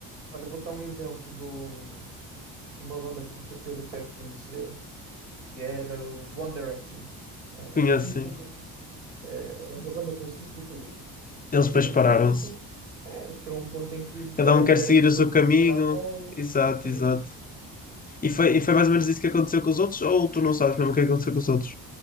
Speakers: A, on the right; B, on the left.
A: Olha, vou dar um exemplo do, de uma banda que tu de certeza que deves conhecer, que era os One Direction. né? Eram
B: Conhece,
A: cinco
B: sim. é assim.
A: É uma banda com cinco vocalistas.
B: Eles
A: Ah, e
B: depois
A: depois
B: pararam-se.
A: chega um ponto em que é, chega um ponto em que
B: Cada
A: cada
B: um
A: um
B: quer
A: quer
B: seguir
A: ir
B: o
A: com
B: seu
A: a sua
B: caminho.
A: carreira a solo.
B: Exato,
A: É,
B: exato.
A: é isso.
B: E foi,
A: É
B: e foi
A: isso.
B: mais ou menos isso que aconteceu com os outros, ou tu não sabes mesmo o que aconteceu com os outros?